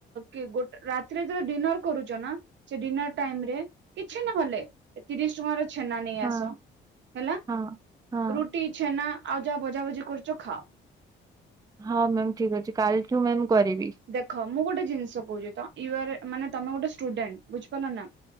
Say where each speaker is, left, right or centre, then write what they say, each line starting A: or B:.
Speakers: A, on the right (about 65°); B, on the right (about 20°).
A: କେ ଗୋଟେ ରାତିରେ ଯେତେବେଳ ଡିନର୍ କରୁଚନା ସେ ଡିନର୍ ଟାଇମରେ କିଛି ନହେଲେ ତିରିଶ ଟଙ୍କାରେ ଛେ ଛେନା ନେଇ
B: ହଁ
A: ଆସ ହେଲା
B: ହଁ ହଁ
A: ରୁଟି ଛେନା ଆଉ ଯାହା ଭଜାବଜି କରୁଚ ଖାଅ।
B: ହଁ ମ୍ୟାାମ ଠିକ୍ ଅଛି କାଲିଠୁ ମ୍ୟାାମ କରିବି।
A: ଦେଖ ମୁଁ ଗୋଟେ ଜିନିଷ କହୁଚି ୟୁ ଆରେ ମାନେ ତମେ ଗୋଟେ ଷ୍ଟୁଡେଣ୍ଟ ବୁଝିପାରିଲନା